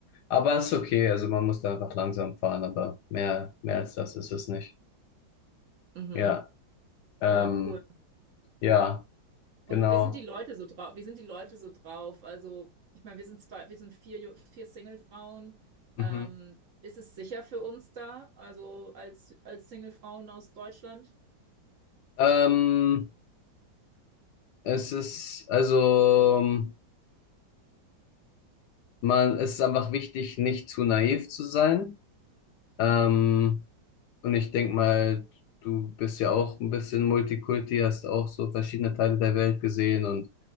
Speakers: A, on the left (about 70°); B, on the right (about 45°).
A: Aber es ist okay, also man muss da einfach langsam fahren, aber mehr, mehr als das ist es nicht.
B: Mhm.
A: Ja, ähm,
B: Wow, cool.
A: ja,
B: Und
A: genau.
B: wie sind die Leute so drauf? Wie sind die Leute so drauf? Also, ich meine, wir sind zwei, wir sind vier, Ju- vier Single-Frauen.
A: Mhm.
B: Ähm, ist es sicher für uns da? Also als, als Single-Frauen aus Deutschland?
A: Ähm, es ist, also, man, es ist einfach wichtig, nicht zu naiv zu sein. Ähm, und ich denk mal, du bist ja auch ein bisschen Multikulti, hast auch so verschiedene Teile der Welt gesehen und,